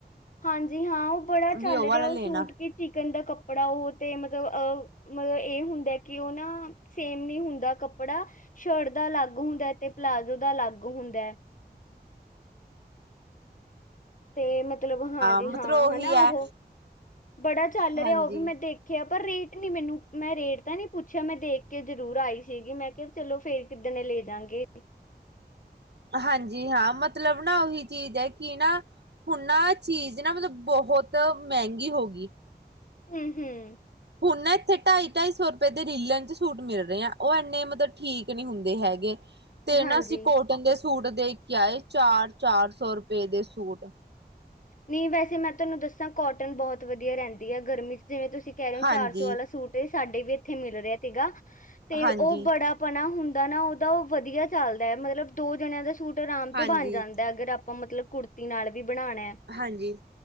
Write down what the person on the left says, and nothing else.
ਹਾਂਜੀ ਹਾਂ ਉਹ ਬੜਾ
ਚੱਲ
ਰਿਹਾ ਉਹ
ਸੂਟ ਕੇ ਚਿਕਨ ਦਾ ਕੱਪ ਕੱਪੜਾ ਉਹ ਤੇ ਮਤਲਬ ਮਤਲਬ ਇਹ ਹੁੰਦਾ ਕਿ ਉਹ ਨਾ ਸੇਮ ਨੀ ਹੁੰਦਾ ਕੱਪੜਾ ਸ਼ਰਟ ਦਾ ਅਲਗ ਹੁੰਦਾ ਤੇ ਪਲਾਜ਼ੋ ਦਾ ਅਲੱਗ ਹੁੰਦਾ। ਤੇ ਮਤਲਬ ਹਾਂਜੀ
ਹਾਂ ਹਨਾ
ਉਹ ਬੜਾ ਚੱਲ
ਰਿਹਾ ਉਹ ਵੀ ਮੈਂ ਦੇਖਿਆ। ਪਰ ਰੇਟ ਨੀ ਮੈਨੂੰ ਮੈਂ ਰੇਟ ਤਾਂ ਨਹੀਂ ਪੁੱਛਿਆ ਮੈਂ ਦੇਖ ਕੇ ਜ਼ਰੂਰ ਆਈ ਸੀਗੀ ਮੈਂ ਕਿਹਾ ਚਲੋ ਫੇਰ ਕਿੱਦ ਨੇ ਲੈ ਜਾਗੇ।
ਹੂੰ- ਹੂੰ
ਹਾਂਜੀ
ਨਹੀਂ ਵੈਸੇ ਮੈਂ ਤੁਹਾਨੂੰ ਦੱਸਾਂ ਕੋਟਨ ਬਹੁਤ ਵਧੀਆ ਰਹਿੰਦੀ ਹੈ ਗਰਮੀ ਜਿਵੇਂ ਤੁਸੀਂ ਕਹਿ ਰਹੇ ਹੋ
ਚਾਰ ਸੌ ਵਾਲਾ ਸੂਟ ਸਾਡੇ ਵੀ ਇੱਥੇ ਮਿਲ ਰਿਹਾ ਸੀਗਾ। ਤੇ
ਉਹ ਬੜਾਪਣਾ ਹੁੰ ਨਾ ਉਹਦਾ ਉਹ ਵਧੀਆ ਚੱਲਦਾ ਹੈ ਮਤਲਬ ਦੋ ਜਣਿਆਂ ਦਾ ਸੂਟ ਆਰਾਮ
ਤੋਂ ਬਣ ਜਾਂਦਾ ਅਗਰ ਆ ਆਪਾਂ ਮਤਲਬ ਕੁੜਤੀ ਨਾਲ ਵੀ ਬਣਾਣਾ